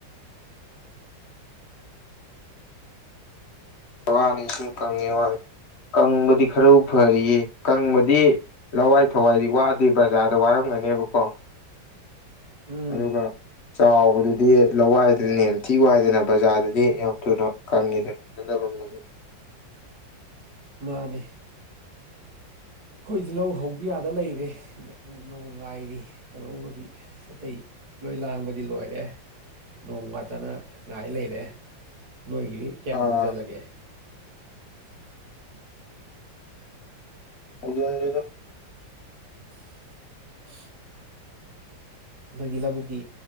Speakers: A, on the left (about 45°); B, on the right (about 60°).
A: ꯕꯥꯅꯤꯁꯨꯨꯝ ꯀꯪꯉꯦ ꯋꯥ ꯀꯪꯕꯗꯤ ꯈꯔ ꯐꯔꯤꯌꯦ ꯀꯪꯕꯗꯤ ꯂꯋꯥꯏ ꯊꯋꯥꯏꯗꯤ ꯋꯥꯗꯦ ꯕꯖꯥꯔꯗ ꯋꯥꯔꯝ ꯃꯅꯦꯕꯀꯣ
B: ꯎꯝ
A: ꯑꯗꯨꯒ ꯆꯥꯎꯕꯗ ꯑꯗꯨꯗꯤ ꯂꯋꯥꯏꯗꯅꯦ ꯌꯥꯝꯊꯤ ꯋꯥꯏꯗꯅ ꯕꯖꯥꯔꯗꯗꯤ ꯌꯥꯝ ꯊꯨꯅ ꯀꯪꯉꯤꯗꯅ ꯆꯅꯐꯝꯅꯦ <unintelligible>
B: ꯃꯥꯅꯦ ꯑꯩꯈꯣꯏꯖꯤꯤꯜꯍꯧ ꯍꯧꯕ ꯌꯥꯗ ꯂꯩꯔꯦ ꯅꯅꯨꯡꯉꯥꯏꯔꯤ ꯀꯩꯅꯣꯕꯨꯗꯤ ꯑꯇꯩ ꯂꯣꯏ ꯂꯥꯡꯕꯗꯤ ꯂꯣꯏꯔꯦ ꯅꯣꯡ ꯋꯥꯇꯅ ꯉꯥꯏ ꯂꯩꯔꯦ ꯅꯣꯏꯒꯤꯗꯤ ꯀꯌꯥꯝ
A: ꯑꯥ
B: ꯍꯧꯖꯤꯜꯂꯒꯦ
A: ꯑꯗꯨꯦꯗ
B: <unintelligible> ꯅ ꯏꯂꯕꯨꯣ ꯀ